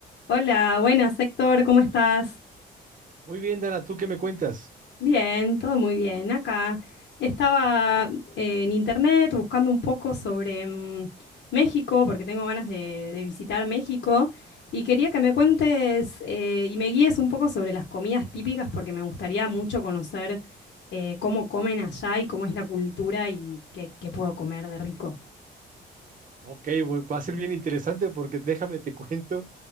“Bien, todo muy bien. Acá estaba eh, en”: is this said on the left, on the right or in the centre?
Left